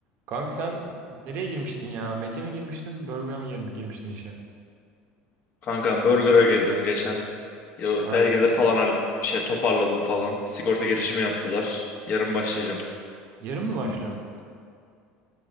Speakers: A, on the right (about 55°); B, on the left (about 45°).
A: Kanka sen nereye girmiştin ya? Mac'e mi girmiştin, Burger'a mı gir- girmiştin işe?
B: Kankam Burger'a girdim geçen. Yo,
A: Ha.
B: belgeleri falan hallettim. Şey toparladım falan. Sigorta girişimi yaptılar. Yarın başlayacağım.
A: Yarın mı başlıyorsun?